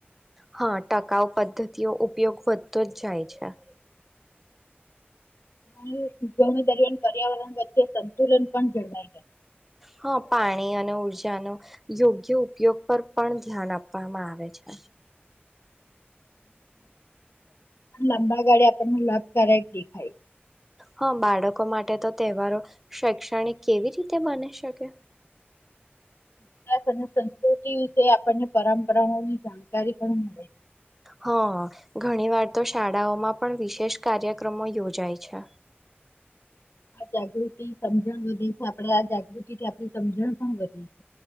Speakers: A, in the centre; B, on the left.
A: હા ટકાઉ પદ્ધતિઓ ઉપયોગ વધતો છે.
B: ઉણી દરમિયાન પર્યાવરણ વચ્ચે સંતુલન પણ જળવાય જાય.
A: હા પાણી અને ઉર્જાનો યોગ્ય ઉપયોગ પર પણ ધ્યાન આપવામાં આવે છે.
B: લાંબા ગાળે આપણને લાભકારાયક દેખાય
A: હા બાળકો માટે તો તહેવારો શૈક્ષણિક કેવી રીતે બની શકે?
B: ઇતિહાસ સંસ્કૃતિ વિશે આપણને પરંપરાઓની જાણકારી પણ મળે.
A: હા ઘણી વાર તો શાળાઓમાં પણ વિશેષ કાર્યક્રમો યોજાય છે.
B: આ જાગૃતિ સમજણ વધે છે આપડે આ જાગૃતિ થી આપણી સમજણ પણ વધ.